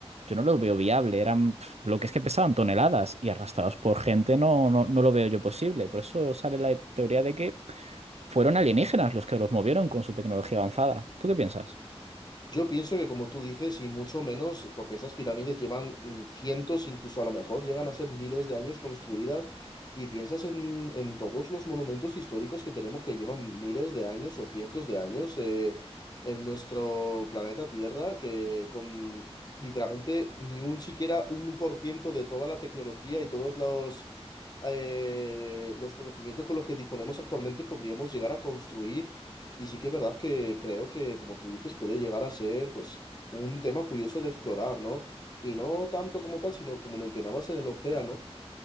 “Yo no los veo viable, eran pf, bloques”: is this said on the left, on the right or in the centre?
Right